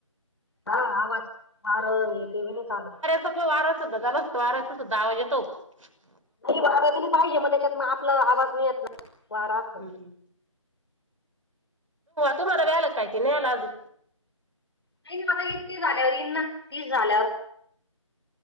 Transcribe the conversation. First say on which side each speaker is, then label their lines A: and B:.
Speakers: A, on the left (about 50°); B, on the right (about 70°).
A: हा आ वाज मार ते नाही चालू.
B: सगळ <inaudible> झालंत वाराचं. <inaudible>
A: नाही वार गली पाहिजे मग त्याच्यात मग आपला आवाज नाही येत ना वारा.
B: तू तुम्हाला व्याला काहीती नाही्याला अजून.
A: नाही नाही आता इतके झाल्यावर येईनना तीच झाल्यावर.